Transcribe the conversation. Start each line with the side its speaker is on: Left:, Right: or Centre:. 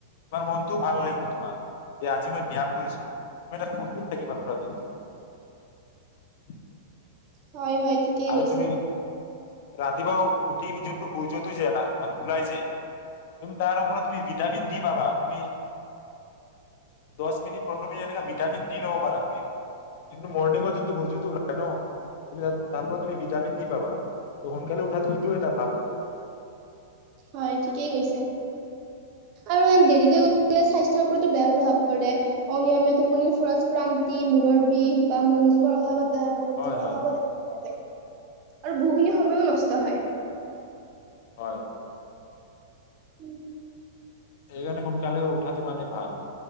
Left: তোমাৰ মনটোও ভাল লাগিব তোমাৰ। যে আজি মই ব্যায়াম কৰিছোঁ, তুমি এটা ফুৰ্তিত থাকিবা পুৰা দিনটো।
Right: হয়, হয়, ঠিকেই
Left: আৰু
Right: হৈছে।
Left: তুমি ৰাতিপুৱা উঠি কিনি জোনটো সূৰ্যটো যে এটা, মানে ওলাই যে, তুমি তাৰ ওপৰত তুমি ভিটামিন দি পাবা, তুমি দছ মিনিট পোন্ধৰ মিনিট এনেকা ভিটামিন দি লব পাৰা তুমি। জোনটো মৰ্নিঙত জোনটো সূৰ্যটো ওলাই ন তুমি তাৰপৰা তুমি ভিটামিন দি পাবা। ত সোনকালে উঠাটো এটা ভাল হয়।
Right: হয়, ঠিকেই কৈছে। আৰু দেৰিকে উঠিলে স্বাস্থ্যৰ প্ৰতি বেয়া প্ৰভাৱ পৰে। অনিয়মীয়া টোপনি <unintelligible> ক্ৰান্তি, মূৰৰ বিষ বা মনোযোগৰ অভাৱত বা মনোযোগৰ
Left: হয় হয়
Right: অভাৱো দেখা পোৱা যায়। আৰু বহুখিনি সময়ো নষ্ট হয়।
Left: হয়।
Right: উম
Left: এইকাৰণে সোনকালে উঠাটো মানে ভাল।